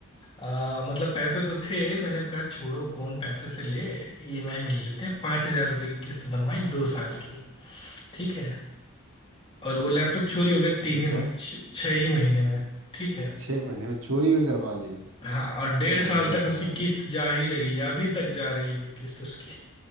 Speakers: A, on the left (about 25°); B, on the right (about 80°).
A: आ, मतलब पैसे तो थे मैंने कहा छोड़ो कौन पैसे से ले ईएमआई में ले लेते हैं पांच हजार रुपए की किस्त बनवाई दो साल की ठीक है और वो लैपटॉप चोरी हो गया तीन
B: ठीक
A: ही म-
B: है
A: छ- छह ही महीने में ठीक है
B: छह महीने में चोरी भी करवा ली
A: हाँ और डेढ़
B: गजब
A: साल तक उसकी किस्त जा ही रही है अभी तक जा रही है किस्त उसकी